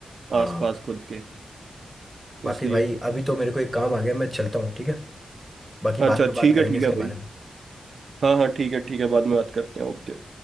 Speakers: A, in the centre; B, on the right (about 60°).
A: हाँ
B: आसपास खुद के
A: बाकी
B: इसलिए
A: भाई अभी तो मेरे को एक काम आ गया मैं चलता हूँ ठीक है बाकी
B: अच्छा
A: बाद में बात
B: ठीक
A: करेंगे
B: है ठीक
A: इसके
B: है भाई
A: बारे में
B: हाँ हाँ ठीक है ठीक है बाद में बात करते हैं ओके